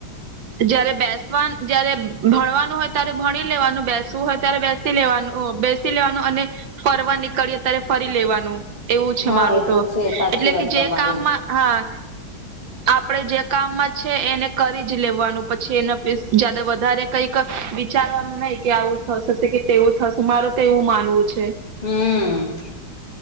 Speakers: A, on the right; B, on the left.
A: જયારે બેસવાનું જયારે ભણવાનું હોય ત્યારે ભણી લેવાનું બેસવું હોય ત્યારે બેસ બેસી લેવાનું અહ બેસી લેવાનું અને ફરવા નીકળીએ ત્યારે ફરી લેવાનું. એવું છે
B: હા
A: મારું
B: એ
A: તો
B: છે સાચી
A: એટલે
B: વાત
A: કે જે
B: તમારી
A: કામમાં હા આપડે જે કામમાં છે એને કરી જ લેવાનું પછી એના જ્યાદા વધારે કઈક વિચારવાનું નહી કે આવું થશે. કે તેવું થશે મારું તો એવું માનવું છે.
B: હમ્મ.